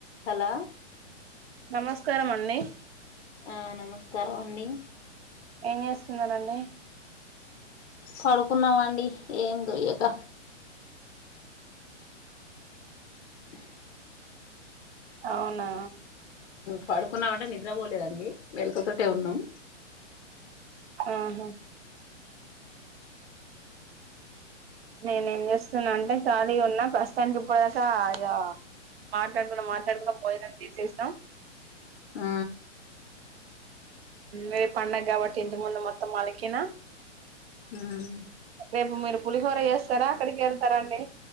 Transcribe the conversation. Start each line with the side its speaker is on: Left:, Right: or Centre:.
Left: హలో
Right: నమస్కారం అండి
Left: ఆ నమస్కారం అండి
Right: ఏం జేస్తున్నారండి
Left: పడుకున్నామండి ఏం దోయ్యక <inaudible>
Right: అవునా
Left: పడుకున్నామంటే నిద్రబోలేదండి మెళకువతోటే ఉన్నాం
Right: ఆహా నేనే ఏం జేస్తున్నా అంటే ఖాళీ ఉన్నా ప్రస్తుతానికి ఇప్పటిదాకా ఇగ మాట్లాడుకుంటా మాట్లాడుకుంటా భోజనం చేసేసినాం
Left: ఆ
Right: రేప్ పండగ గాబట్టి ఇంటి ముందు మొత్తం అలికిన
Left: ఉమ్
Right: రేపు మీరు పులిహోర జేస్తరా అక్కడికి యెళ్తారా అండి